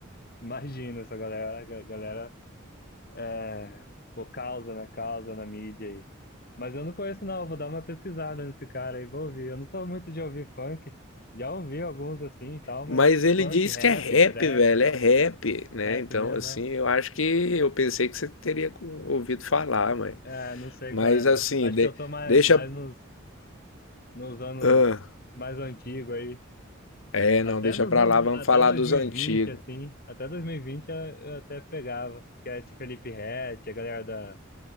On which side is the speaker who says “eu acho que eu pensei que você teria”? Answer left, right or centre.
Left